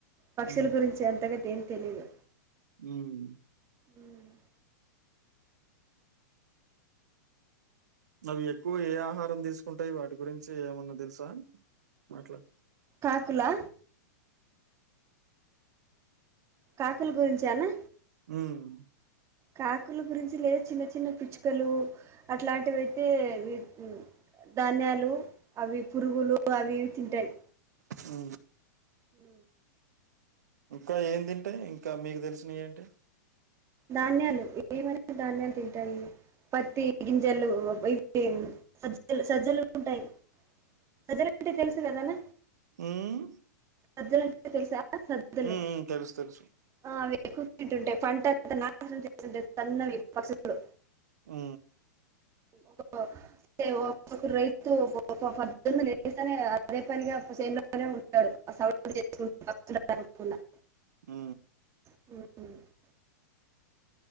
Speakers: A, on the right (about 30°); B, on the right (about 65°).
A: పక్షుల
B: హ్మ్.
A: గురించి అంతగాద ఏం తెలీదు
B: ఉమ్మ్
A: మ్మ్.
B: అవి ఎక్కువ ఏ ఆహారం తీసుకుంటాయి, వాటి గురించి ఏమన్నా తెలుసా అట్లా?
A: కాకులా కాకుల గురించానా?
B: ఉమ్మ్
A: కాకుల గురించి లేదా చిన్న చిన్న పిచ్చుకలు అట్లాంటివి అయితే వి ధాన్యాలు అవి పురుగులు అవి ఇవి తింటాయి.
B: ఉ
A: హ
B: ఇంకా ఏ తింటాయి ఇంకా మీకు తెలిసినయి అంటే?
A: ధాన్యాలు ఏమని ధాన్యాలు తింటాయి పత్తి గింజలు ఇవి సజ్జలు సజ్జలు ఉంటాయి సజ్జలు అంటే తెలుసు కదా అన్న?
B: మ్మ్
A: సజ్జలంటే తెలుసా సజ్జలు
B: హ్మ్. హ్మ్. తెలుసు. తెలుసు.
A: ఆ అవి ఎక్కువ తింటుంటాయి పంట అంతా నాశనం చేస్తుంటాయి సన్నవి పక్షులు
B: ఆ
A: ఓ ఏవో ఒక ఒక్కక్క రైతు ఒక్కక్క పంటని పొద్దున్నే లేస్తనే అదే పనిగా చేనులో ఒక్కడే ఉంటాడు. ఆ సౌండ్ చేసుకుంట ఒక్కడు ఉంటాడు
B: ఆ
A: <unintelligible>